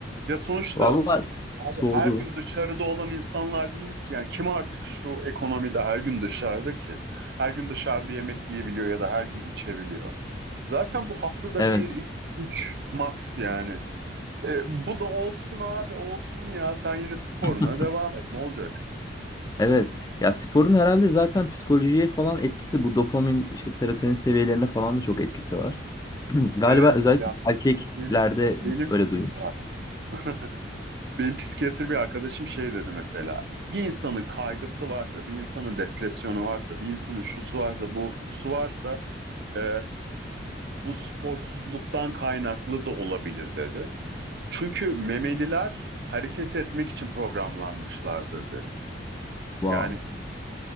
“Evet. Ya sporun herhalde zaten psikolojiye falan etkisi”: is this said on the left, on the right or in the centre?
Left